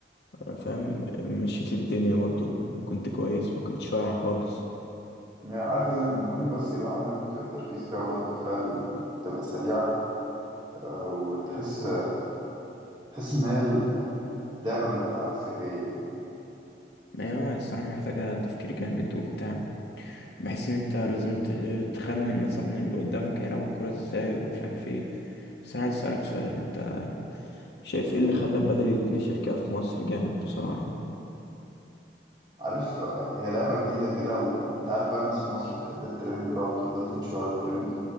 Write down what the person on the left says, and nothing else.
انا فاهم مشيت الدنيا برضو كنت كويس ما كنتش واقع خالص
ما هي آه، الصراحة محتاجة تفكير جامد وبتاع بحس ان انت لازم ت- تخمن مثلا اللي قدامك هيلعب الكرة ازاي ومش عارف ايه بس انا عايز اسألك سؤال انت شايف ايه اللي خلى البدل يتنشر كده في مصر جامد بسرعة يعني